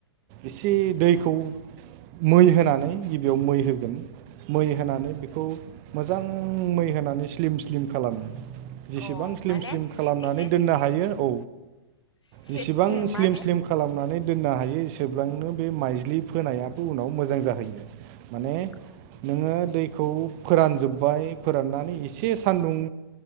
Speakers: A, on the right (about 40°); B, on the left (about 80°).
A: इसे दैखौ मै होनानै गिबियाव मै होगोन। मै होनानै बेखौ मोजां मै होनानै स्लिम स्लिम खालामो। जेसेबां
B: औ
A: स्लिम
B: माने
A: स्लिम खालामनानै
B: एसे
A: दोननो हायो औ
B: से
A: जेसेबां स्लिम
B: माने
A: स्लिम खालामनानै दोननो हायो एसेब्लांनो बे माइज्लि फोनायाबो उनाव मोजां जाहैयो। माने
B: नंगौ
A: नोङो दैखौ फोरानजोब्बाय फोराननानै इसे सानदुं